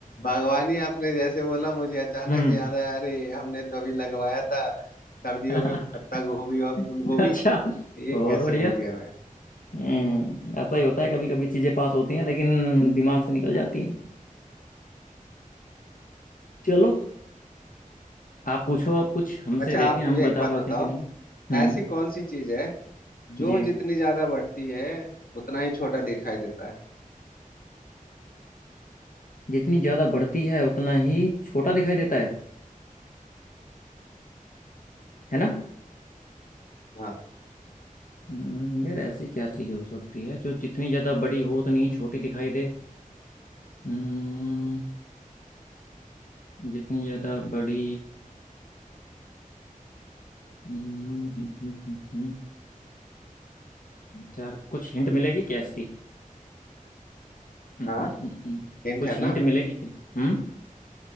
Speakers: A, on the left; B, on the left.
A: बागवानी आपने जैसे बोला मुझे अचानक
B: हम्म
A: से याद आया अरे हमने तो अभी लगवाया था सर्दियों
B: <laughs>
A: में पत्ता गोभी और फूल गोभी
B: अच्छा
A: ये
B: बहुत
A: कैसे
B: बढ़िया
A: भूल गया मैं
B: हम्म ऐसा ही होता है कभी कभी चीजें पास होती हैं लेकिन दिमाग से निकल जाती हैं चलो आप पूछो आप कुछ
A: <laughs>
B: हमसे
A: अच्छा
B: देखें
A: आप
B: हम
A: मुझे
B: बता
A: एक बात
B: पाते
A: बताओ
B: हैं कि नहीं हम्म
A: ऐसी कौन सी चीज है जो
B: जी
A: जितनी ज्यादा बढ़ती है उतना ही छोटा दिखाई देता है
B: जितनी ज्यादा बढ़ती है उतना ही छोटा दिखाई देता है है ना
A: हाँ
B: हम्म, यार ऐसी क्या चीज हो सकती है जो जितनी ज्यादा बड़ी हो उतनी ही छोटी दिखाई दे हम्म जितनी ज्यादा बड़ी हम्म, चार कुछ हिंट मिलेगी क्या इसकी हम्म,
A: हाँ
B: हम्म, हम्म, हम्म।
A: हिंट
B: कुछ
A: है
B: हिंट
A: ना
B: मिलेगी क्या हम्म